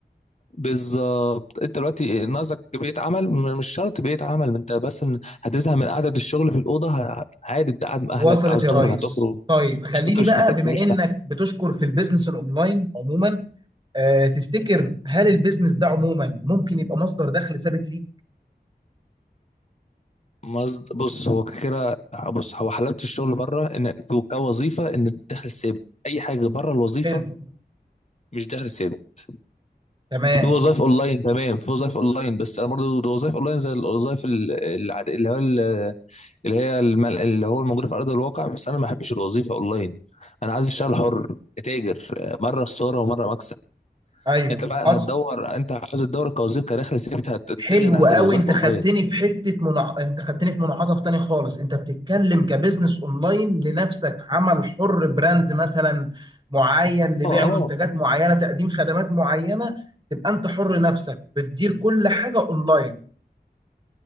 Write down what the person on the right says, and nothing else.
وصلت
يا
ريس
طيب خليني
بقى
بما
انك
بتشكر في البيزنس الاونلاين عموما آه تفتكر هل البيزنس ده عموما ممكن يبقى مصدر دخل ثابت ليك؟
حلو
تمام
ايوه
حصل
حلو
قوي
انت
خدتني في حته منع... انت خدتني في منعطف تاني خالص انت بتتكلم كبزنس اونلاين لنفسك عمل حر براند مثلا معين لبيع
منتجات
معينه تقديم خدمات معينه تبقى انت حر نفسك بتدير كل حاجه اونلاين